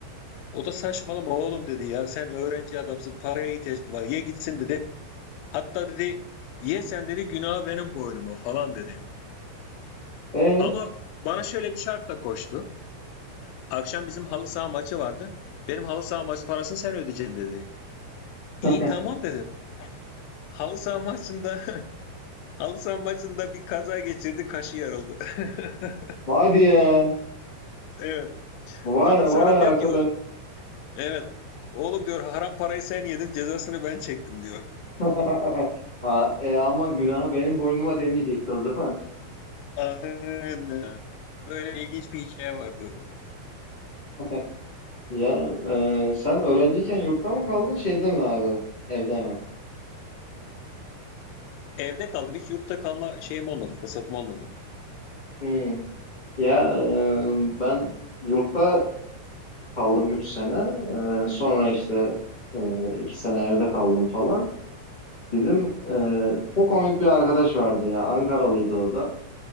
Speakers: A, on the left (about 80°); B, on the left (about 45°).
A: O da saçmalama oğlum dedi ya. Sen öğrenci adamsın. Paraya ihtiyacın var. Ye gitsin dedi. Hatta dedi ye sen dedi günah benim boynuma falan dedi.
B: Ee.
A: Ama bana şöyle bir şartla koştu. Akşam bizim halı saha maçı vardı. Benim halı saha maçı parasını sen ödeyeceksin dedi.
B: <laughs>
A: İyi tamam dedim. Halı saha maçında <laughs> halı saha maçında bir kaza geçirdi, kaşı yarıldı. <laughs>
B: Hadi ya.
A: Evet.
B: Vay
A: Bana sonra
B: vay arkadaş.
A: diyor ki oğlum, evet. Oğlum diyor haram parayı sen yedin, cezasını ben çektim diyor.
B: <laughs> Ha, e, ama günahı benim boynuma demeyecekti o zaman.
A: Aynen. Böyle ilginç bir hikaye vardı.
B: <laughs> Ya e, sen öğrenciyken yurtta mı kaldın şeyde mi abi? Evde mi?
A: Evde kaldım. Hiç yurtta kalma şeyim olmadı, fırsatım olmadı.
B: Hmm. Ya e, ben yurtta kaldım 3 sene. E, sonra işte e, 2 sene evde kaldım falan. Bizim e, çok komik bir arkadaş vardı ya. Ankaralıydı o da.